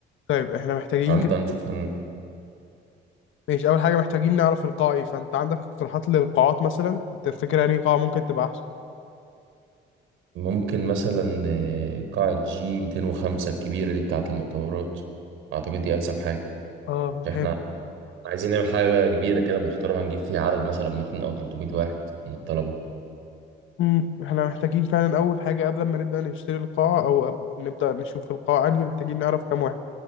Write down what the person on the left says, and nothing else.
طيب إحنا محتاجين
كده
ماشي أول حاجة محتاجين نعرف القاع إيه فأنت عندك اقتراحات للقاعات مثلا أنت تفتكر يعني قاعة ممكن تبقى أحسن؟
آه
حلو
مم، إحنا محتاجين فعلا أول حاجة قبل ما نبدأ نشتري القاعة أو قبل- نبدأ نشوف القاعة أنهي محتاجين نعرف كام واحد